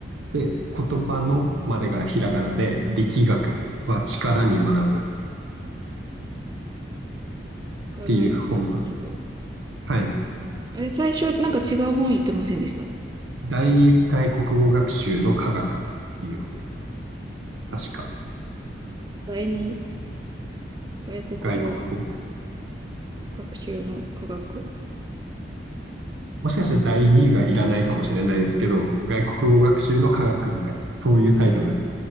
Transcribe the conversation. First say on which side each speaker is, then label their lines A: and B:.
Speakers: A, on the right (about 85°); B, on the right (about 20°).
A: で、言葉のまでがひらがなで、力学は力に学ぶっ
B: からに学ぶ。
A: ていう本と、はい。
B: あれ、最初なんか違う本言ってませんでした。
A: 大外国語学習の科学っていう本です。確か、
B: 第二外国語
A: 外国語。
B: 学習の科学。
A: もしかしたら第2位がいらないかもしれないですけど、外国語学習の科学みたいな、そういうタイトル、